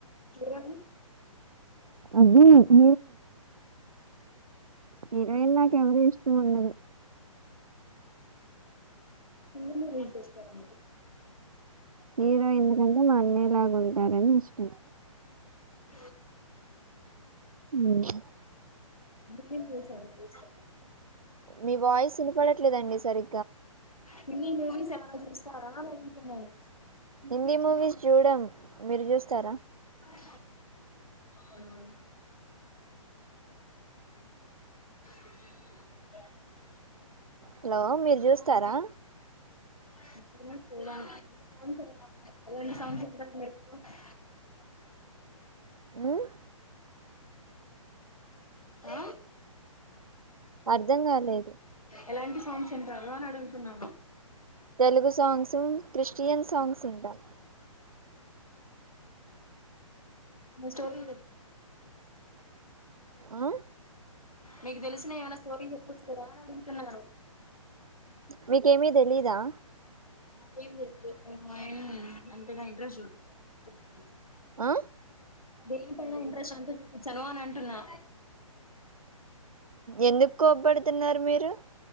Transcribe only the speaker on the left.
చూడని
మీరు ఏం చేస్తారా అండి
<inaudible>
హీరోయిన్స్ <inaudible> యి
త్రీ మూవీస్ ఏమైనా చూస్తారా అని అడుగుతున్నాను
ఊ అవునా జి
<inaudible>
ఆ
ఎలాంటి సాంగ్స్ వింటారు అని అడుగుతున్నా తినడు
స్టోరీ
మీకు తెలిసిన ఏమనా సి స్టోరీ చెప్పోచ్చు కదా అని అడుగుతున్నా
మాకేం తెలీదు మేమేం అంతగా ఇంట్రెస్ట్ చూయించం <unintelligible>
దేనిపైన ఇంట్రెస్ట్ అంత చూపించను అని అంటున్నా